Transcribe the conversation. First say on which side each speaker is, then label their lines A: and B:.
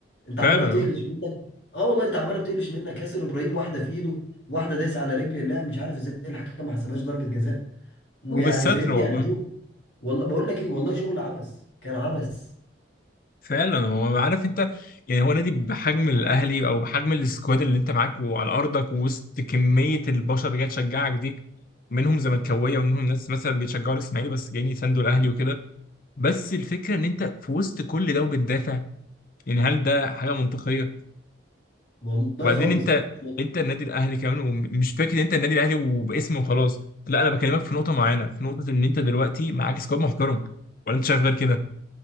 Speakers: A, on the left (about 65°); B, on the left (about 50°).
A: انت
B: فعلا
A: عماله بتقلش
B: اه
A: منك اه والله انت عماله بتقلش منك ياسر ابراهيم واحده في ايده واحده دايسه على رجل اللاعب مش عارف ازاي الحكم ما حسبهاش ضربه جزاء ويعني
B: وبالستر
A: فهمني
B: والله
A: يعني شو والله بقول لك ايه والله شغل عبث كان عبث
B: فعلا هو عارف انت يعني هو نادي بحجم الاهلي او بحجم السكواد اللي انت معاك وعلى ارضك ووسط كميه البشر اللي جايه تشجعك دي منهم زملكاويه ومنهم ناس مثلا بيشجعوا الاسماعيلي بس جايين يساندوا الاهلي وكده بس الفكره ان انت في وسط كل ده وبتدافع يعني هل ده حاجه منطقيه؟
A: والله
B: وبعدين
A: خالص
B: انت
A: يعني
B: انت النادي الاهلي كمان ومش فكره انت النادي الاهلي وباسم وخلاص لا انا بكلمك في نقطه معينه في نقطه ان انت دلوقتي معاك سكواد محترم ولا انت شايف غير كده؟